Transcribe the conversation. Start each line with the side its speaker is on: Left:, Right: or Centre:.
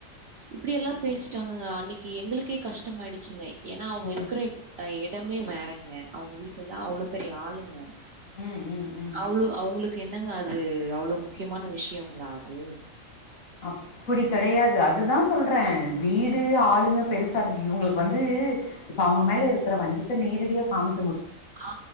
Right: இப்டி எல்லா
Left: ம்
Right: பேசிட்டாங்க அன்னிக் எங்களுக்கே கஷ்டம் ஆயிடுச்சுங்க ஏனா அவுங்க
Left: ம்
Right: இருக்கிறேன் ஆ எத் டமே வேறங்க அவுங்க வீட்லலா அவ்ளோ பெரிய ஆளுங்க
Left: ம் ம் ம்
Right: அவ்ளோ அவங்களுக்கு என்னங்க அது அவ்ளோ முக்கியமான விஷ்யங்களா அது
Left: அப்பிடி கெடையாது அதுதா சொல்றே வீடு ஆளுங்க பெருஸ் பார் இவுங்குளுக்கு வந்து இப்ப அவுங்க மேல இருக்கற வஞ்சத்த நேரடியா காம்
Right: ஆ